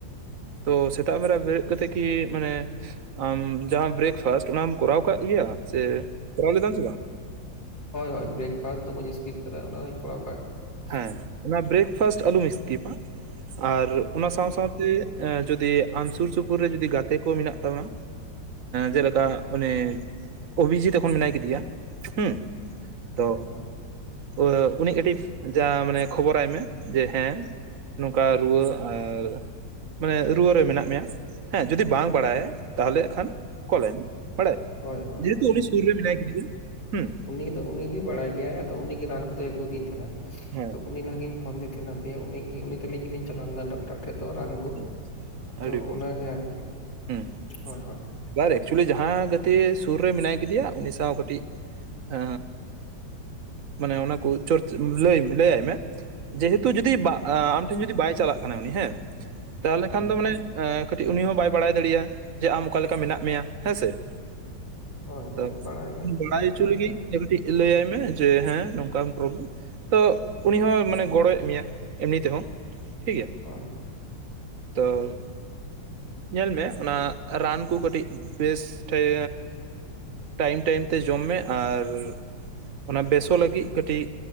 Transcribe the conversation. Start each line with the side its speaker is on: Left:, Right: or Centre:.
Right: ᱛᱚ ᱥᱮᱛᱟᱜ ᱵᱮᱲᱟ ᱵᱮᱨᱮᱫ ᱠᱟᱛᱮ ᱠᱤ ᱢᱟᱱᱮ ᱟᱢ ᱡᱟᱦᱟᱸ ᱵᱨᱮᱠᱯᱷᱟᱥᱴ ᱚᱱᱟᱢ ᱠᱚᱨᱟᱣ ᱠᱟᱜ ᱜᱮᱭᱟ ᱥᱮ ᱠᱚᱨᱟᱣ ᱞᱮᱫᱟᱢ ᱥᱮ ᱵᱟᱝ?
Left: ᱦᱚᱭ ᱦᱚᱭ ᱵᱨᱮᱠᱯᱷᱟᱥᱴ ᱫᱚ ᱵᱟᱹᱧ ᱤᱥᱠᱤᱯ ᱠᱟᱫᱟ ᱚᱱᱟ ᱦᱚᱸᱧ ᱠᱚᱨᱟᱣ ᱠᱟᱜ ᱜᱮᱭᱟ ᱾
Right: ᱦᱮᱸ ᱚᱱᱟ ᱵᱨᱮᱠᱯᱷᱟᱥᱴ ᱟᱞᱚᱢ ᱤᱥᱠᱤᱯᱟ ᱟᱨ
Left: ᱜᱮᱭᱟ
Right: ᱚᱱᱟ ᱥᱟᱶ ᱥᱟᱶ ᱛᱮ ᱡᱩᱫᱤ ᱟᱢ ᱥᱩᱨ ᱥᱩᱯᱩᱨ ᱨᱮ ᱡᱩᱫᱤ ᱜᱟᱛᱮ ᱠᱚ ᱢᱮᱱᱟᱜ ᱛᱟᱢᱟ ᱡᱮᱞᱮᱠᱟ ᱚᱱᱤ ᱚᱵᱷᱤᱡᱤᱛ ᱮᱠᱷᱚᱱ ᱢᱮᱱᱟᱭ ᱠᱮᱫᱤᱭᱟ ᱦᱮᱸ᱾ ᱛᱚ
Left: ᱦᱳᱭ
Right: ᱩᱦ ᱩᱱᱤᱜ ᱠᱟᱹᱴᱤᱯ ᱡᱟ ᱢᱟᱱᱮ ᱠᱷᱚᱵᱚᱨᱟᱭ ᱢᱮ ᱡᱮ ᱦᱮᱸ ᱱᱚᱝᱠᱟ ᱨᱩᱣᱟᱹ ᱟᱨ ᱢᱟᱱᱮ ᱨᱩᱣᱟᱹ ᱨᱮ ᱢᱮᱱᱟᱜ ᱢᱮᱭᱟ ᱦᱮᱸ ᱡᱩᱫᱤ ᱵᱟᱝ ᱵᱟᱲᱟᱭᱟᱭ ᱛᱟᱦᱚᱞᱮ ᱠᱷᱟᱱ ᱠᱚᱞᱟᱭ ᱢᱮ ᱾ ᱦᱚᱲᱮ
Left: ᱦᱳᱭ ᱦᱳᱭ ᱦᱳᱭ
Right: ᱡᱮᱦᱩᱛᱩ ᱩᱱᱤ ᱥᱩᱨ ᱨᱮ ᱢᱮᱱᱟᱭ ᱠᱮᱫᱮᱭᱟ ᱦᱮᱸ ᱾
Left: ᱩᱱᱤᱫᱚ ᱩᱱᱤᱜᱮ ᱵᱟᱲᱟᱭ ᱜᱮᱭᱟᱭ ᱟᱫᱚ ᱩᱱᱤᱜᱮ ᱨᱟᱱ ᱠᱚᱫᱚᱭ ᱟᱹᱜᱩᱫᱤᱧ ᱛᱟᱦᱮᱸᱱᱟ
Right: ᱦᱮᱸ
Left: ᱛᱚ ᱩᱱᱤ ᱞᱟᱦᱟᱜᱤᱧ ᱯᱷᱳᱱ <unintelligible> ᱩᱱᱤ ᱩᱱᱤ ᱛᱞᱤᱧ ᱜᱮᱞᱤᱧ ᱪᱟᱞᱟᱣ ᱞᱮᱱᱟ ᱰᱚᱠᱴᱚᱨ ᱴᱷᱮᱱ ᱫᱚ ᱨᱟᱱ ᱟᱹᱜᱩ
Right: ᱦᱮᱸ
Left: ᱛᱚ
Right: ᱟᱹᱰᱤ ᱵᱷᱟᱹᱜᱤ
Left: ᱚᱱᱟᱜᱮ ᱟᱨᱠᱤ
Right: ᱦᱩᱸ
Left: ᱦᱚᱭ ᱦᱚᱭ ᱾
Right: ᱮᱵᱟᱨ ᱮᱠᱪᱩᱭᱮᱞᱤ ᱡᱟᱦᱟᱸ ᱜᱟᱛᱮ ᱥᱩᱨ ᱨᱮ ᱢᱮᱱᱟᱭ ᱠᱮᱫᱮᱭᱟ ᱩᱱᱤ ᱥᱟᱶ ᱠᱟᱹᱴᱤᱡ ᱟᱹᱻ ᱢᱟᱱᱮ ᱚᱱᱟ ᱠᱚ ᱪᱚᱨᱪ ᱞᱟᱹᱭ ᱞᱟᱹᱭ ᱟᱭ ᱢᱮ ᱾ ᱡᱮᱦᱩᱛᱩ ᱡᱩᱫᱤ ᱵᱟ ᱟ ᱟᱢ ᱴᱷᱮᱱ ᱡᱩᱫᱤ ᱵᱟᱭ ᱪᱟᱞᱟᱜ ᱠᱟᱱᱟ ᱩᱱᱤ ᱦᱮᱸ ᱛᱟᱦᱚᱞᱮ
Left: ᱦᱳᱭ
Right: ᱠᱷᱟᱱ ᱫᱚ ᱢᱟᱱᱮ ᱟᱹᱻ ᱠᱟᱹᱴᱤᱡ ᱩᱱᱤ ᱦᱚᱸ ᱵᱟᱭ ᱵᱟᱲᱟᱭ ᱫᱟᱲᱮᱭᱟᱜᱼᱟ ᱡᱮ ᱟᱢ ᱚᱠᱟ ᱞᱮᱠᱟ ᱢᱮᱱᱟᱜ ᱢᱮᱭᱟ ᱦᱮᱸᱥᱮ ᱾
Left: ᱦᱳᱭ ᱦᱳᱭ
Right: ᱛᱚ
Left: ᱵᱟᱲᱟᱭ ᱜᱮᱭᱟᱭ ᱩᱱᱤ
Right: ᱵᱟᱲᱟᱭ
Left: ᱦᱚᱸᱭ
Right: ᱦᱚᱪᱚ ᱞᱟᱹᱜᱤᱫ
Left: ᱜᱮᱭᱟ
Right: ᱠᱟᱹᱴᱤᱡ ᱞᱟᱹᱭᱟᱭ ᱢᱮ ᱡᱮ ᱦᱮᱸ ᱱᱚᱝᱠᱟᱱ ᱯᱨᱚᱵᱞᱮᱢ ᱾ ᱛᱚ ᱩᱱᱤ ᱦᱚᱸ ᱢᱟᱱᱮ ᱜᱚᱲᱚᱭ ᱮᱢᱮᱭᱟ ᱮᱢᱱᱤ ᱛᱮᱦᱚᱸ ᱴᱷᱤᱠ ᱜᱮᱭᱟ ᱾
Left: ᱦᱚᱭ ᱦᱚᱭ ᱾
Right: ᱛᱚᱻ ᱧᱮᱞ ᱢᱮ ᱚᱱᱟ ᱨᱟᱱ ᱠᱩ ᱠᱟᱹᱴᱤᱡ ᱵᱮᱥ ᱴᱷᱮᱜ ᱴᱟᱭᱤᱢ ᱴᱟᱭᱤᱢ ᱛᱮ ᱡᱚᱢ ᱢᱮ ᱟᱨ ᱚᱱᱟ ᱵᱮᱥᱚᱜ ᱞᱟᱹᱜᱤᱫ ᱠᱟᱹᱴᱤᱡ